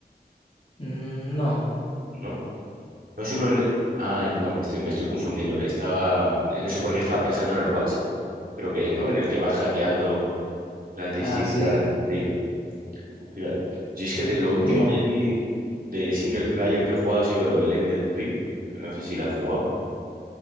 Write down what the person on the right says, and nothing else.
¿No? No es uno... ne- Ay, no, me estoy, me estoy confundiendo. Estaba... No sé por qué estaba pensando en el Watchdog. Creo que es, ¿no? En el que vas hackeando las distintas...
Sí, fíjate. Yo es que de lo último
así de single player que he jugado ha sido el Elden Ring. No sé si la has jugado.